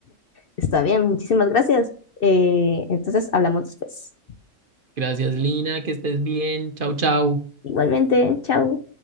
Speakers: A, on the left; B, on the right.
A: Está bien, muchísimas gracias. Eh, entonces hablamos después.
B: Gracias, Lina, que estés bien. Chau, chau.
A: Igualmente, chao.